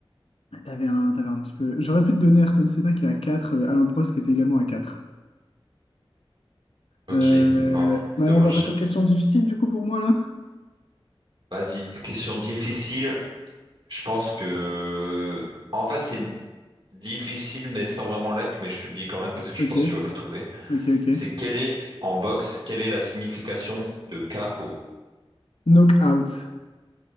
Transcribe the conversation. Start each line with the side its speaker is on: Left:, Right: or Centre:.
Left: Ah, T'avais un, t'avais un petit peu. J'aurais pu te donner Ayrton Senna qui est à quatre, euh, Alain Prost qui était également à 4.
Right: Ok,
Left: Euh...
Right: bon,
Left: bah,
Right: dommage.
Left: on va passer aux questions difficiles du coup pour moi là.
Right: Vas-y, question difficile. Je pense que... En fait, c'est difficile, mais sans vraiment l'être, mais je te le dis quand même parce que
Left: Ok,
Right: je pense que tu vas pas trouver.
Left: ok, ok.
Right: C'est quelle est, en boxe, quelle est la signification de KO?
Left: Knockout.